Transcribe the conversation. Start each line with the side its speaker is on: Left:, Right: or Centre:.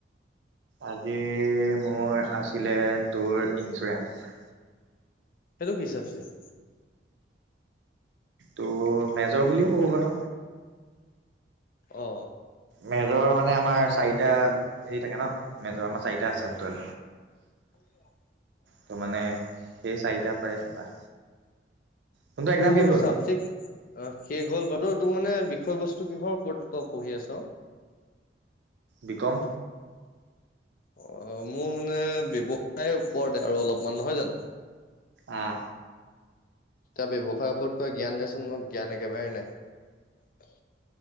Right: আজি মোৰ আছিলে তোৰ ইঞ্চুৰেঞ্চ
Left: সেইতো কি চাবজেক্ট
Right: টোৰ মেজৰ বুলিও ক'ব পাৰ
Left: অ
Right: মেজৰ মানে আমাৰ চাৰিটা হেৰি থাকে ন মেজৰ আমাৰ চাৰিটা আছে
Left: স <inaudible> <unintelligible>
Right: ত মানে সেই চাৰিটাৰ পাৰে এটা কোনটো এক্জাম
Left: তোৰ
Right: শেষ হ'ল
Left: চাবজেক্ট অ শেষ হ'ল বাতো তোৰ মানে বিষয় বস্তু কিহৰ ওপৰত তই পঢ়ি আছ
Right: বি কম
Left: অ মোৰ মানে ব্যৱসায় ওপৰতে আৰু অলপমান নহয় জানো
Right: আহ
Left: তই ব্যৱসায়ৰ ওপৰত কিবা জ্ঞান দিয়াচোন মই জ্ঞান একেবাৰেই নাই